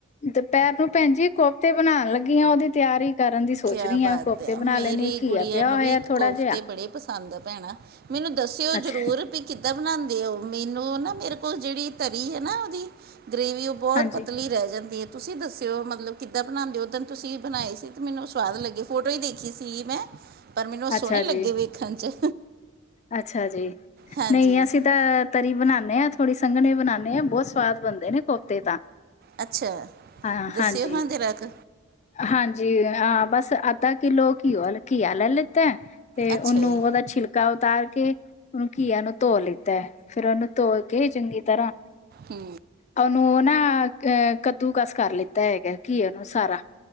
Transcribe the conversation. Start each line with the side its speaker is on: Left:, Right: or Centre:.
Left: ਦੁਪਹਿਰ ਨੂੰ ਭੈਨ ਜੀ ਕੋਫਤੇ ਬਨਾਣ ਲੱਗੀ ਆ, ਉਹਦੀ ਤਿਆਰੀ ਕਰਨ ਦੀ ਸੋਚ
Right: ਕਿਆ
Left: ਰਹੀ
Right: ਬਾਤ
Left: ਆ ਕੋਫਤੇ
Right: ਹੈ,
Left: ਬਣਾ
Right: ਮੇਰੀ
Left: ਲੈਣੀ ਘੀਆ
Right: ਗੁੜੀਆਂ
Left: ਪਿਆ
Right: ਨੂੰ
Left: ਹੋਇਆ
Right: ਵੀ
Left: ਥੋੜਾ
Right: ਕੋਫਤੇ
Left: ਜਿਹਾ
Right: ਬੜੇ ਪਸੰਦ ਆ ਭੈਣਾ ਮੈਨੂੰ ਦੱਸਿਓ
Left: ਅੱਛਾ
Right: ਜ਼ਰੂਰ, ਬੀ ਕਿੱਦਾਂ ਬਣਾਦੇ ਉਹ, ਮੈਨੂੰ ਨਾ ਮੇਰੇ ਕੋਲ ਜਿਹੜੀ ਤਰੀ ਹੈ ਨਾ ਉਹਦੀ ਗ੍ਰੇਵੀ ਉਹ ਬਹੁਤ
Left: ਹਾਂਜੀ
Right: ਪਤਲੀ ਰਹਿ ਜਾਂਦੀ ਹੈ, ਤੁਸੀਂ ਦੱਸਿਓ ਮਤਲਬ ਕਿੱਦਾਂ ਬਨਾਦੇ ਹੋ, ਉੱਦਣ ਤੁਸੀਂ ਬਨਾਏ ਸੀ। ਤੇ ਮੈਨੂੰ ਸਵਾਦ ਲੱਗੇ, ਫੋਟੋ ਹੀ ਦੇਖੀ ਸੀਗੀ ਮੈਂ, ਪਰ ਮੈਨੂੰ ਸੋਹਣੇ
Left: ਅੱਛਾ
Right: ਲੱਗੇ
Left: ਜੀ
Right: ਵੇਖਣ 'ਚ।
Left: ਅੱਛਾ ਜੀ,
Right: ਹਾਂਜੀ
Left: ਨਹੀਂ ਅਸੀਂ ਤ ਤਰੀ ਬਨਾਨੇ ਆ, ਥੋੜੀ ਸੰਘਣੀ ਬਨਾਂਨੇ ਆ, ਬਹੁਤ ਸਵਾਦ ਬਣਦੇ ਨੇ ਕੋਫਤੇ ਤਾਂ
Right: ਅੱਛਾ,
Left: ਹਾਂ
Right: ਦੱਸਿਓ
Left: ਹਾਂਜੀ
Right: ਹਾਂ ਜਰਾ ਕ।
Left: ਹਾਂਜੀ, ਹਾਂ ਬਸ ਅੱਧਾ ਕਿੱਲੋ ਘੀਓ ਘੀਆ ਲੈ ਲਿੱਤਾ। ਤੇ
Right: ਅੱਛਾ
Left: ਉਹਨੂੰ
Right: ਜੀ
Left: ਉਹਦਾ ਛਿਲਕਾ ਉਤਾਰ ਕੇ ਉਹਨੂੰ ਘੀਆ ਨੂੰ ਧੋ ਲਿੱਤਾ, ਫਿਰ ਉਹਨੂੰ ਧੋ ਕੇ ਚੰਗੀ ਤਰ੍ਹਾਂ
Right: ਹੁ
Left: ਉਹਨੂੰ ਉਹ ਨਾ ਅ ਕੱਦੂ ਕਸ ਕਰ ਲਿੱਤਾ ਹੈਗਾ, ਘਿਏ ਨੂੰ ਸਾਰਾ